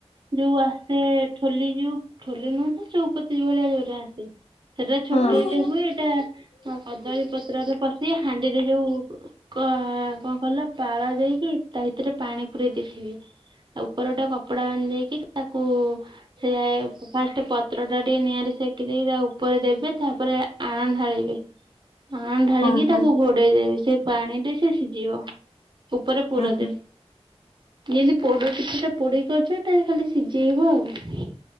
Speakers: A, on the right; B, on the left.
A: ଯୋଉ ଆସେ ଠୋଲି ଯଉ ଠୋଲି ନୁହତ ଚଉପତି ଭଳିଆ ଜୋରା ଆସେ। ସେଟା ଛୋଟିଆଟେ
B: ହଁ।
A: ହୁଏ ଏଇଟା କଦଳୀ ପତ୍ରରେ ପଶି ହାଣ୍ଡିରେ ଯୋଉ କ କଣ କଲ ପାଳ ଦେଇକି ତା ଭିତରେ ପାଣି ପୁରେଇ ଦେଇଥିବେ। ତା ଉପର ଗୋଟେ କପଡା ବାନ୍ଧେଇକି ତାକୁ ସେଆ ଫାଷ୍ଟ ପତ୍ର ଟା ଟିକେ ନିଆଁ ସେକି ଦେଇକି ତା ଉପରେ ଦେବେ ତାପରେ ଆଣ ଢାଳିବେ। ଆଣ ଢାଳିକି
B: ଓହୋ।
A: ତାକୁ ଘୋଡେଇ ଦେବି ସେ ପାଣିରେ ସେ ସିଝିବ। ଉପରେ ପୁର
B: ଓହୋ।
A: ଦେବି। ଜୀନ୍ତି ପୋଡ କିଛିଟା ପୋଡେଇକି ଅଛ ଖାଲି ସିଝେଇବ ଆଉ।